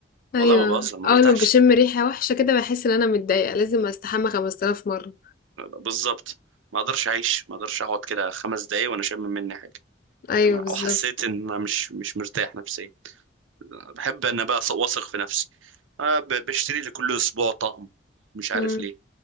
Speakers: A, on the left; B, on the right.
A: أيوه.
B: والله ما بهزر ما
A: أول
B: برتاحش
A: ما باشم ريحة وحشة كده باحس إن أنا متضايقة، لازم أستحمى 5000 مرّة.
B: بالظبط ما اقدرش اعيش ما اقدرش اقعد كده خمس دقايق وانا شامم مني حاجه
A: أيوه
B: تمام؟
A: بالضبط.
B: او حسيت ان انا مش مش مرتاح نفسيا بحب ان بقى واثق في نفسي آه، ب- بشتري لي كل اسبوع طقم مش عارف
A: إمم.
B: ليه